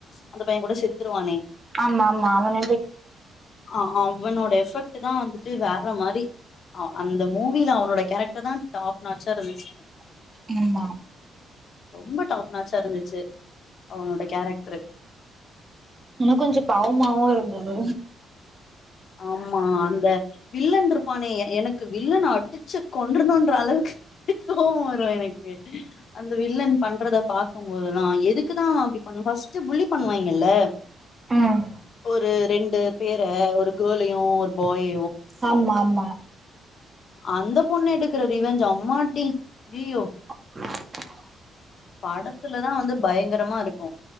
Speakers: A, on the left; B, on the right.
A: அந்த பைய கூட செத்துருவானே
B: ஆமாமா அவன
A: அ அவனோட எஃபெக்ட் ட்டுதா வந்துட்டு வேற மாரி அ அந்த மூவில அவனோட கேரக்டர் தா டாப்னாச்சா இருந்துச்சு
B: <unintelligible>
A: ரொம்ப டாப்னாச்சா இருந்துச்சு அவனோட கேரக்ட்ரு
B: என்ன கொஞ்ச பாவமாவு இருந்தது
A: ஆமா அந்த வில்லன்ருப்பானே எனக்கு வில்லன அடுச்சு கொன்றனுன்ற அளவுக்கு கோவ வரு எனக்கு அந்த வில்லன் பண்றத பாக்கும்போதுலா எதுக்கு தா அவ அப்டி பண்ணு ஃபஸ்ட்டு புல்லி பண்ணுவாய்ங்கல்ல
B: ம்
A: ஒரு ரெண்டு பேர ஒரு கேலயு ஒரு பாய
B: ஆமா ஆமா
A: அந்த பொண்ணு எடுக்குற ரிவென்ஜ் அம்மாடி அய்யோ
B: ட்ராட்ர
A: படத்துலதா வந்து பயங்கரமா இருக்கு